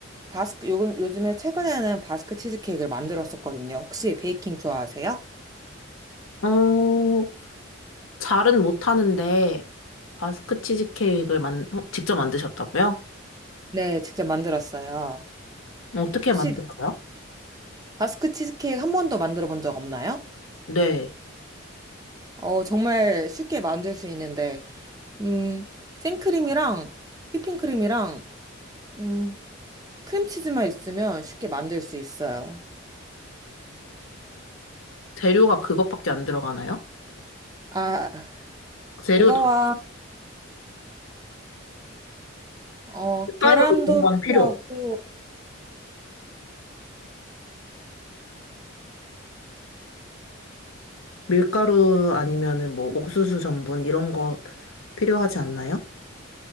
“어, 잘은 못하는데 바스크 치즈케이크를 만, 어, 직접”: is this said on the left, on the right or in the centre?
Left